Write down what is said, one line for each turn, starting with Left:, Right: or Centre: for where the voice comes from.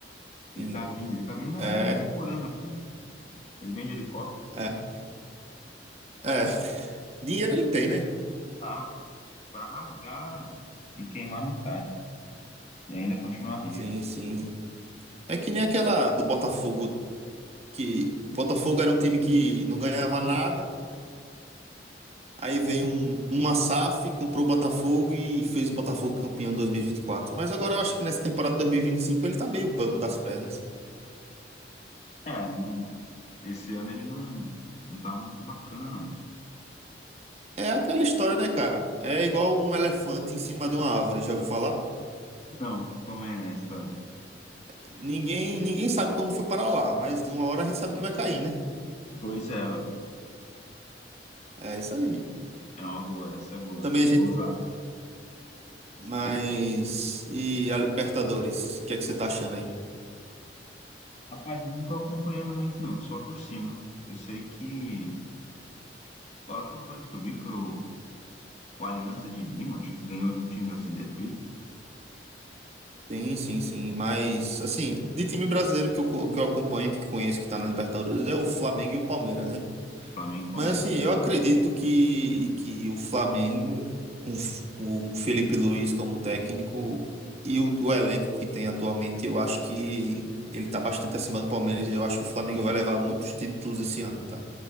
Right: sim.
Left: Ele tá vindo, ele tá vindo, mas
Right: É,
Left: ele não tá morando aqui, né? Ele vem de helicóptero.
Right: é, é. Dinheiro ele tem, né?
Left: Ah, pra rasgar e queimar metade. E ainda continuar rico.
Right: Sim, sim. É que nem aquela do Botafogo que Botafogo era um time que não ganhava nada. Aí vem um, um Asaf comprou o Botafogo e fez o Botafogo campeão em dois mil e e vinte e quatro. Mas agora eu acho que nessa temporada de 2025 ele tá meio bambo das pernas.
Left: É, não- esse ano ele não, não tá muito bacana, não.
Right: É aquela história, né, cara? É igual um elefante em cima de uma árvore, já ouviu falar?
Left: Não, como é a história?
Right: Ninguém, ninguém sabe como foi parar lá, mas uma hora a gente sabe que vai cair, né?
Left: Pois é, ué.
Right: É isso aí.
Left: É uma boa, essa é boa.
Right: Também a gente.
Left: Vou usar.
Right: Mas. E a Libertadores? O que é que você tá achando aí?
Left: Rapaz, eu não tô acompanhando muito, não, só por cima. Eu sei que a última coisa que eu vi foi o, o Alianza de Lima, acho que ganhou de um time brasileiro, foi isso?
Right: Sim, sim, sim. Mas, assim, de time brasileiro que eu, co- que eu acompanho, que conheço, que tá na Libertadores, é o Flamengo e o Palmeiras, né?
Left: Flamengo e Palmeiras.
Right: Mas assim, eu
Left: Sim.
Right: acredito que, que o Flamengo, com, f- com o Felipe Luiz como técnico e o, o elenco que tem atualmente, eu acho que ele tá bastante acima do Palmeiras. e Eu acho que o Flamengo vai levar muitos títulos esse ano, tá?